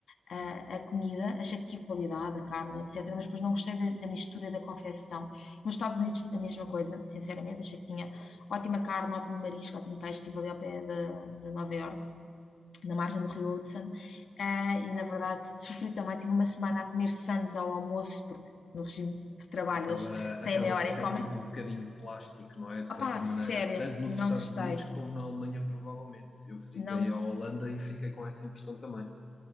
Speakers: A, on the left; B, on the left.
A: a, a comida, achei que tinha qualidade, a carne, etc., mas depois não gostei da, da mistura e da confecção. Nos Estados Unidos, a mesma coisa, sinceramente, achei que tinha ótima carne, ótimo marisco, ótimo peixe, estive ali ao pé de, de Nova York. Na margem do Rio Hudson, Ah, e na verdade sofri também. Tive uma semana a comer sãs ao almoço, porque no regime de trabalho
B: Acaba,
A: eles
B: acaba
A: têm meia
B: por
A: hora
B: ser
A: e comem.
B: tudo um bocadinho plástico, não é? De certa
A: Opá,
B: maneira,
A: sério,
B: tanto nos
A: não
B: Estados
A: gostei.
B: Unidos como na Alemanha, provavelmente. Eu visitei
A: Não
B: a Holanda e fiquei com essa impressão também.